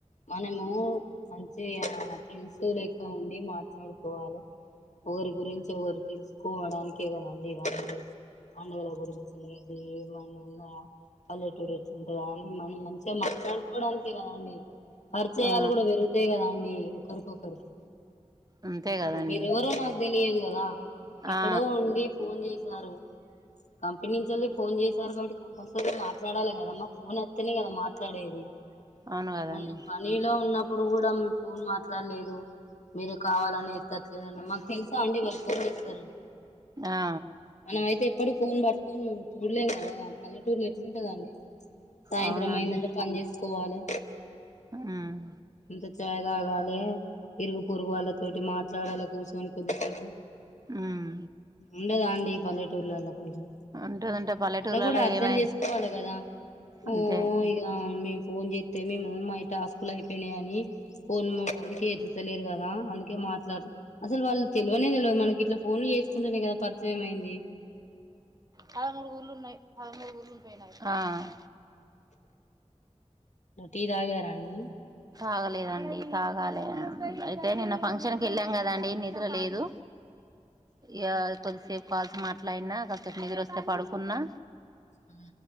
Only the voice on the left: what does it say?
మనము మంచి ఫ్రెండ్స్ లెక్క ఉండి మాట్లాడుకోవాలి ఒకరి గురించి ఒకరు తెలుసుకోవడానికే కదండిం పండుగల గురించి ఏదిఎమైనా ఉన్న పల్లెటూరు ఉంటుందిని మనం మంచిగా మాట్లాడుకోవడానినికిే కదండి పరిచయాలు
కూడా పెరుగుతాయి కదా అండి ఒకరికొకరికి
ఇప్పుడు మీరెవరో నాకు తెలియదు కదా ఎక్కడో
ఉండి ఫోన్ చేసి వారు కంప్ ఎప్పటి నుంచిఎల్లి ఫోన్ చేశారు కాబట్టి కంపల్సరీ మాట్లాడాలి కదమ్మా ఫోనేఏతేనే కదా మాట్లాడేది
ఏమన్న పనిలో ఉన్న ఇప్పుడు కూడా మీ ఫోన్ మాట్లా అట్లా లేదు మీరు కావాలనే తట్లేదంటా మాకు తెలుసా అండి వాల్ ఫోన్ చేస్తారని
మనం అయితే ఎప్పుడు ఫోన్ పడు కొన్ ఉండలేం కదా పల్లెటూర్ళ ఎట్లాంటదండి సాయంత్రం
అయిదంటే పని చేసుకోవాలి
ఇంత చాయ్ తాగాలి ఇరుగు పొరుగు వాళ్ళతోటి మాట్ ట్లాడాలలా కూచొనీ కొద్ది సేపు
ఉండదా అండి పల్లెటూర్లో కొంచెం
అట్లా కూడా అర్ధం
చేసుకోవాలి కదా
ఓ యా మే ఫోన్ చేస్తే మేము మా టాస్కు లు అయిపోయినాయి అని ఫోన్ అందుకే ఎత్తుతలేరు కదా అందుకే మాట్లాడరు అసలు వాళ్ళు తెలవనే తెలవదు మనకి ఇట్లా ఫోన్లు చేసుకుంటేనే కదా పరిచయమైంది
టీ తాగారా అండి
ఆ